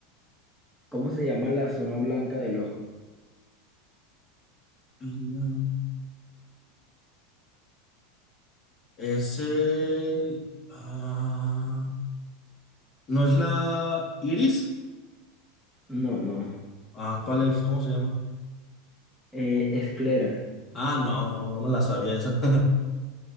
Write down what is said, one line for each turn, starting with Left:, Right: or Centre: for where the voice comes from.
Centre: ¿cómo se llama la zona blanca del ojo?
Left: Es el... ah, ¿no es la Iris?
Centre: No, no.
Left: Ah, ¿cuál es? ¿Cómo se llama?
Centre: Eh, esclera.
Left: Ah, no, no, no me la sabía esa.